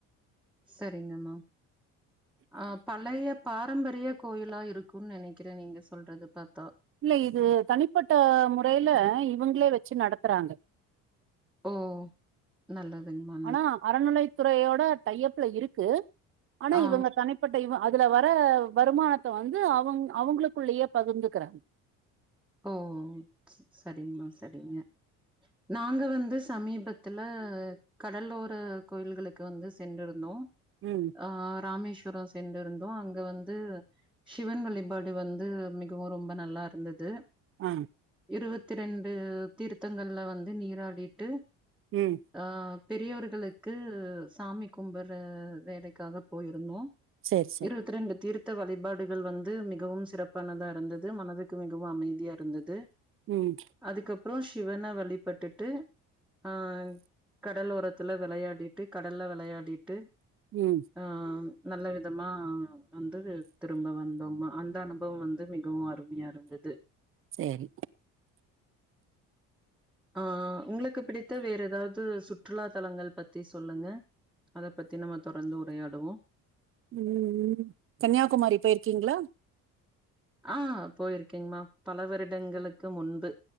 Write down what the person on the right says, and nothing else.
இல்ல இது தனிப்பட்ட முறையில இவுங்களே வச்சு நடத்துறாங்க
ஆனா அறநிலையத் துறையோட டையப்ல இருக்கு ஆனா
இவுங்க தனிப் பட்ட இவு அதுல வர வருமானத்த வந்து அவுங் அவுங்களுக்குள்ளயே பகிந்துக்கிறாங்க <inaudible>
ம்
ஆ
ம்
சரி சரி
ம்
ம்
சேரி
ம் ம் கன்னியாகுமாரி போயிருக்கீங்ளா